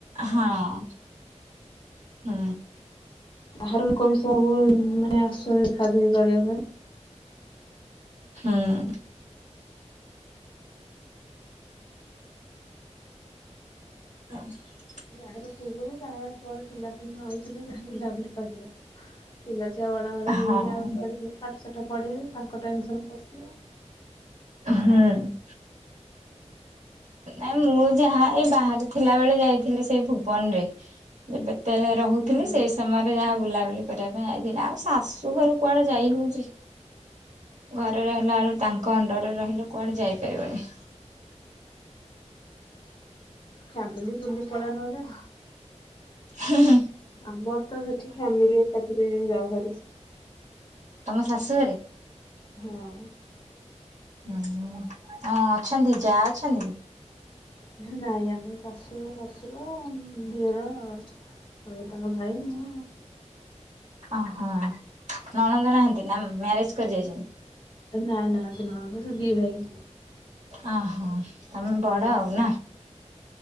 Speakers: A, on the right (about 70°); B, on the left (about 40°).
A: ହଁ ହୁଁ।
B: ବାହାର ଲୋକ ବି ସବୁ ମାନେ ଆଶୁଛନ୍ତି ଦେଖା ଦୁଖି କରିବା ପାଇଁ।
A: ହୁଁ। <unintelligible>
B: ବାହାଘର ପୂର୍ବରୁ ବାହାଘର ପରେ ପିଲାପିଲି ନହେଇଥିଲେ ଯାହା ବୁଲାବୁଲି କରିବ। ପିଲା ଛୁଆ ବଡ ବଡ ହେଇଗଲେ
A: ହଁ
B: ଆଉ କୁଆଡେ ଯିବୁ ପାଠ ସାଠ ପଢିବେ ତାଙ୍କ ଟେନସନ ପଶିବ।
A: ହୁଁ। ନାଇ ମୁଁ ଯାହା ଏଇ ବାହାରେ ଥିଲା ବେଳେ ଯାଇଥିଲି ସେଇ ଭୁବନରେ। ଯେବେତେଳେ ରହୁଥିଲି
B: ହୁଁ
A: ସେଇ ସମୟ ଯାହା ବୁଲାବୁଲି କରିବା ପାଇଁ ଆଇଥିଲି ଆଉ ଶାଶୁ ଘରୁ କୁଆଡେ ଯାଇ ହଉଚି। ଘରେ ରହିଲା ବେଳୁ ତାଙ୍କ ଅଣ୍ଡରରେ ରହିଲେ କୁଆଡେ ଯାଇପାରିବନି।
B: ଫ୍ୟାମିଲି ବୁଲି ପଳା ନହେଲେ।
A: ହୁଁ ହୁଁ।
B: ଆମର ତ ସେଠି ଫ୍ୟାମିଲି ଏକାଥିରେ ଯାଉହାରି।
A: ତମ ଶାଶୁ ଘରେ?
B: ହଁ।
A: ହୁଁ ଆଁ ଅଛନ୍ତି ଯାହା ଅଛନ୍ତି?
B: ନାଇଁ ଆମେ ଶାଶୁ ଶାଶୁର ଦିଅର। ଆଉ ତାଙ୍କ ଭାଇ ମୁଁ।
A: ଓହୋ ନଣନ୍ଦ ନାହାନ୍ତି ନା ମ୍ୟାରେଜ କରି ଯାଇଛନ୍ତି?
B: ନାଇଁ ନାହାନ୍ତି ନଣନ୍ଦ ସେ ଦି ଭାଇ।
A: ଅହଁ ତମେ ବଡ
B: ହଁ
A: ଆଉ ନା